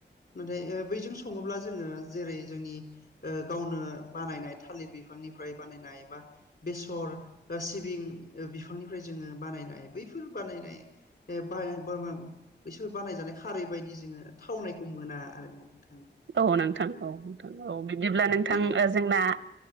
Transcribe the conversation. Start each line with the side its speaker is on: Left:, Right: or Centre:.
Left: नाथाय ओ बैजों सङोब्ला जोङो जेरै जोंनि ओ गावनो बानायनाय थालिर बिफांनिफ्राय बानायनाय बा बेसर सिबिं बिफांनिफ्राय जोङो बानायनाय बैफोर बानायनाय एफा एफा बोम बैसोर बानायजानाय खारै बायदि जोङो थावनायखौ मोना आरोना नोंथां।
Right: औ नोंथां औ नोंथां औ बिदिब्ला नोंथां
Left: बे
Right: जोंना